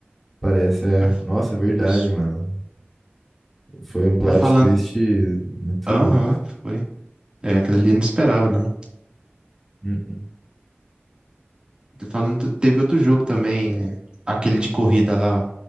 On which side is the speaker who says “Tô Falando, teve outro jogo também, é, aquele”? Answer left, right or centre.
Right